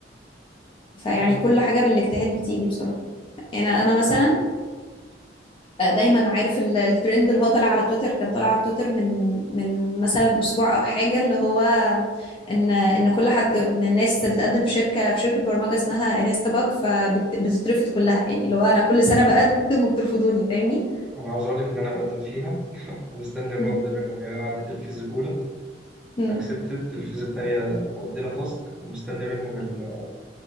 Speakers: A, on the left; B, in the centre.
A: فيعني
B: يعني أنا
A: كل حاجة بالاجتهاد بتيجي بصراحة يعني انا مثلا آه، دايما عارف ال- الترند اللي هو طالع على تويتر كان طالع على تويتر من من مثلا اسبوع او حاجه اللي هو ان ان كل حد ان الناس بتقدم في شركه في شركه برمجه اسمها انستا باج فبتترفض كلها يعني اللي هو انا كل سنه بقدم وبترفضوني فاهمني
B: أنا عاوز أقول لك إن أنا مقدم فيها ومستني الرد
A: مم.
B: منهم يعني أنا عديت الفيز الأولى
A: مم.
B: أكسبتد الفيز التانية ودينا تاسك ومستني منهم ال-